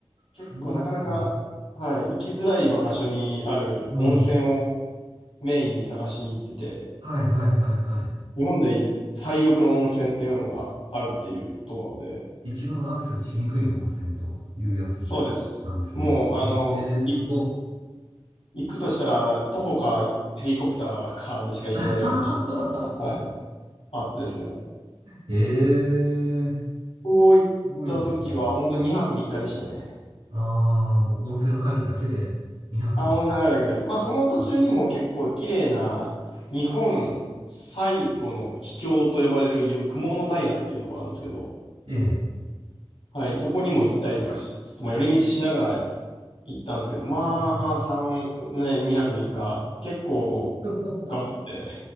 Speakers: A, on the left; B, on the right.
A: 結構なかなか、
B: すごいなんか。
A: はい、行きづらい場所にある温泉を
B: うん。
A: メインに探しに行ってて、
B: はい、はい、はい、はい。
A: 日本で最奥の温泉っていうのがあるっていうことなので、
B: 一番アクセスしにくい温泉というやつなんですね。
A: そうです。もう、あの、
B: へえ、すご
A: い、行くとしたら、徒歩かヘリコプターかでしか行けないような場所が、
B: い <laughs>
A: はい、あってですね。
B: へえ、
A: ここ行った時は、
B: すごいですね。
A: 本当に2泊3日でしたね。
B: ああ、もう温泉入るだけで2泊3い
A: あ、温泉入るだけで。まあ、その途中にも結構綺麗な、
B: あ、
A: 日本最後の秘境と呼ばれるよ雲の平っていうところなんですけど、
B: ええ。
A: はい、そこにも行ったりとかしつつ、まあ、寄り道しながら行ったんですけど、まあ、
B: <laughs>
A: 3、ね、2泊3日、結構
B: はい
A: 頑張って